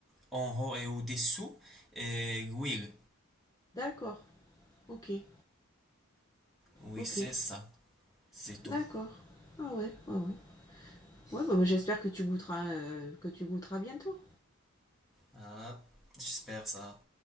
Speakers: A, in the centre; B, on the left.
A: en haut et au-dessous euh, l'huile.
B: D'accord, ok,
A: Oui,
B: ok.
A: c'est ça, c'est tout.
B: D'accord. Ah ouais, ah ouais. Ouais, bah, bah, j'espère que tu goûteras, euh, que tu goûteras bientôt.
A: Ah, j'espère ça.